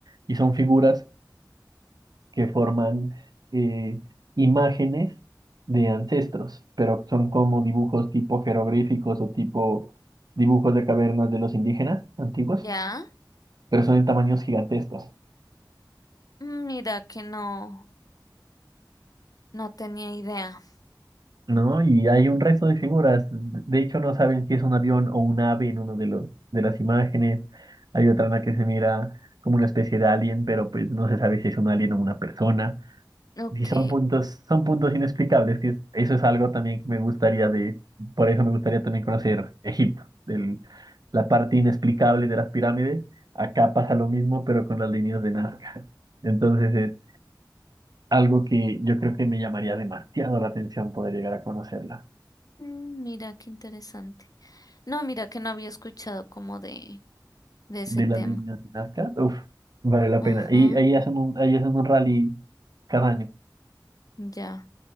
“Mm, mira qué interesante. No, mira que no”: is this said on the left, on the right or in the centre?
Left